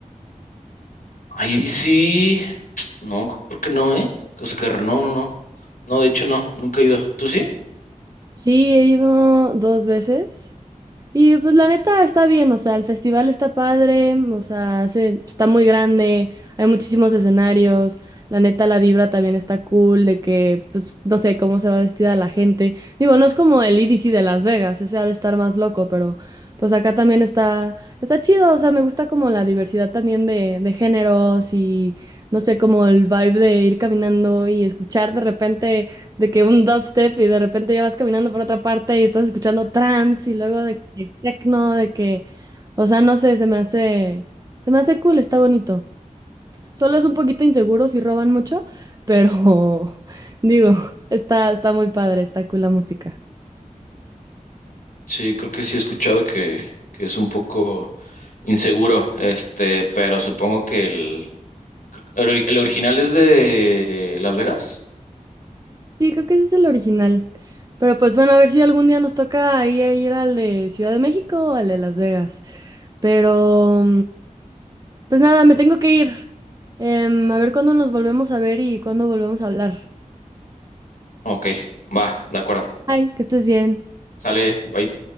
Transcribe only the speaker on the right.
Sí, he ido dos veces. Y pues la neta está bien, o sea, el festival está padre, o sea, se- está muy grande, hay muchísimos escenarios, la neta la vibra también está cool, de que, pues, no sé cómo se va vestida la gente. Digo, no es como el EDC de Las Vegas, ese ha de estar más loco, pero pues acá también está, está chido, o sea, me gusta como la diversidad también de, de géneros y, no sé, como el vibe de ir caminando y escuchar de repente de que un dubstep y de repente ya vas caminando por otra parte y estás escuchando trance y luego de que techno, de que, o sea, no sé, se me hace, se me hace cool, está bonito. Solo es un poquito inseguro si roban mucho, pero <laughs> digo, está, está muy padre, está cool la música.
Sí, creo que ese es el original. Pero pues bueno, a ver si algún día nos toca ahí a ir al de Ciudad de México o al de Las Vegas. Pero Pues nada, me tengo que ir. Em, a ver cuándo nos volvemos a ver y cuándo volvemos a hablar.
Ay, que estés bien.